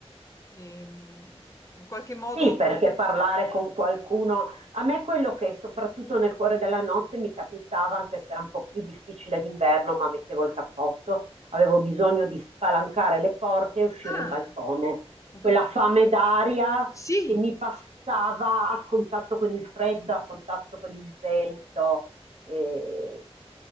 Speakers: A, on the left; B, on the right.
A: Ehm, in qualche modo...
B: Sì, perché parlare con qualcuno, a me quello che soprattutto nel cuore della notte mi capitava, anche se era un po' più difficile d'inverno, ma mettevo il cappotto, avevo bisogno di spalancare le porte e uscire
A: Ah,
B: in balcone.
A: ho
B: Quella
A: capito.
B: fame d'aria
A: Sì,
B: che mi passava a contatto con il freddo, a contatto con il vento. E,